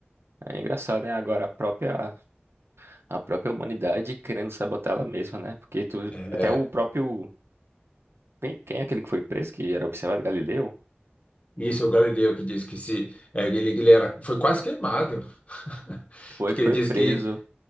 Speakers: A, on the right; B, on the left.
A: É engraçado, né? Agora a própria, a própria humanidade querendo sabotar ela mesma, né? Porque tu,
B: é,
A: até o próprio. Quem, quem é aquele que foi preso, que era observado Galileu?
B: isso é o Galileu que disse que se, é, ele, ele era, foi quase queimado. <laughs>
A: Foi
B: Porque
A: que foi
B: ele disse
A: preso.
B: que